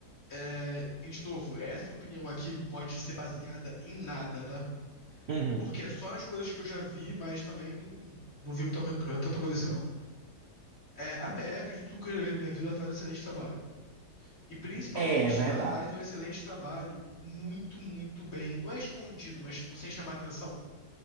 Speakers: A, on the left; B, on the right.
A: é... e de novo, essa opinião aqui pode ser baseada em nada, tá?
B: Uhum.
A: Porque é só nas coisas que eu já vi, mas também não vi muita, co- tanta coisa assim, não. É, a PF, de tudo que eu já vi na minha vida, faz um excelente trabalho. E principalmente,
B: É, é verdade.
A: ela faz um excelente trabalho, muito, muito bem. Não é escondido, mas tipo, sem chamar atenção,